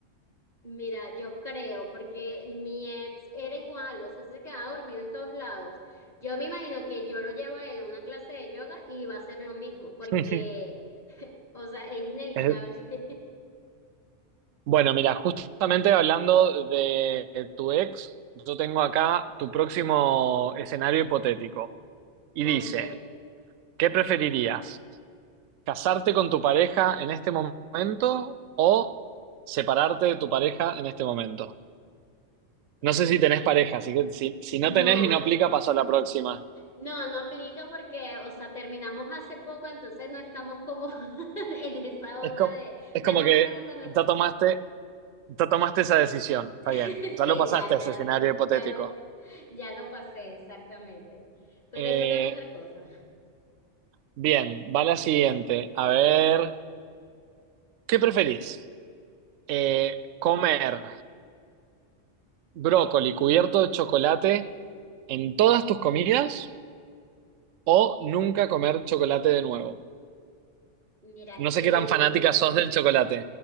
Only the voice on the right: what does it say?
<laughs>
Es-
Bueno, mira, justamente hablando de tu ex, yo tengo acá tu próximo escenario hipotético y
dice, ¿qué preferirías? ¿Casarte con tu pareja en este momento o separarte de tu pareja en este momento?
No sé si tenés pareja, así que si, si
no tenés y no aplica,
paso a la próxima.
Es como,
es
como que
ya
tomaste, ya tomaste esa decisión, está
bien, ya
lo pasaste
a ese
escenario
hipotético.
Eh,
bien, va la siguiente. A ver, ¿qué preferís? Eh, ¿comer brócoli cubierto de chocolate en todas tus comidas o nunca comer chocolate de nuevo?
No
sé qué tan fanática sos del chocolate.